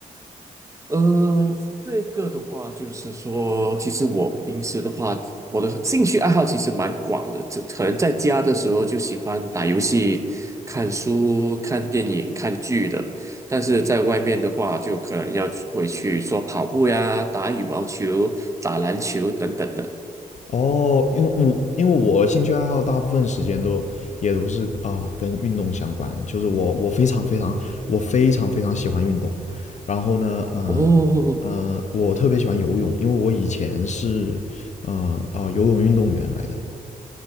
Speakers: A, on the right; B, on the left.
A: 呃，这个的话就是说，其实我平时的话，我的兴趣爱好其实蛮广的。这可能在家的时候就喜欢打游戏、看书、看电影、看剧的，但是在外面的话，就可能要去回去说跑步呀、打羽毛球、打篮球等等的。
B: 哦，因为我因为我兴趣爱好大部分时间都也都是啊跟运动相关，就是我我非常非常我非常非常喜欢运动。然后呢，呃
A: 哦，
B: 呃，我特别喜欢游泳，因为我以前是呃啊、游泳运动员来的。